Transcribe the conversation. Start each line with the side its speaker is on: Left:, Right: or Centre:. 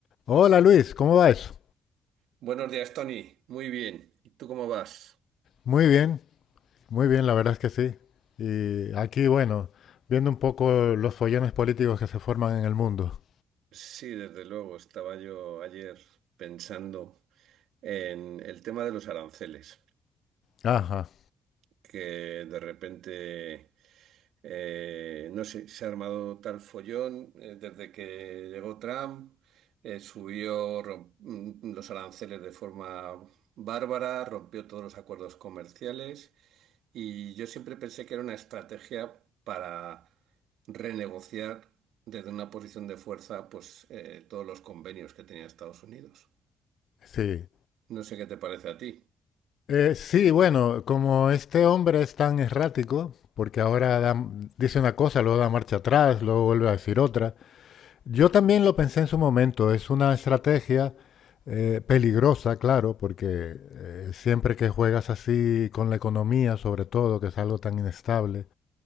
Left: Hola Luis, ¿cómo va eso?
Right: Buenos días, Tony. Muy bien. ¿Y tú cómo vas?
Left: Muy bien, muy bien, la verdad es que sí. Y aquí, bueno, viendo un poco los follones políticos que se forman en el mundo.
Right: Sí, desde luego. Estaba yo ayer pensando en el tema de los aranceles,
Left: Ajá,
Right: que de repente, eh, no sé, se ha armado tal follón eh, desde que llegó Trump, eh, subió rom- mm, los aranceles de forma bárbara, rompió todos los acuerdos comerciales. Y yo siempre pensé que era una estrategia para renegociar desde una posición de fuerza, pues eh, todos los convenios que tenía Estados Unidos.
Left: sí.
Right: No sé qué te parece a ti.
Left: Eh, sí, bueno, como este hombre es tan errático, porque ahora da- dice una cosa, luego da marcha atrás, luego vuelve a decir otra. Yo también lo pensé en su momento, es una estrategia eh, peligrosa, claro, porque eh, siempre que juegas así con la economía, sobre todo, que es algo tan inestable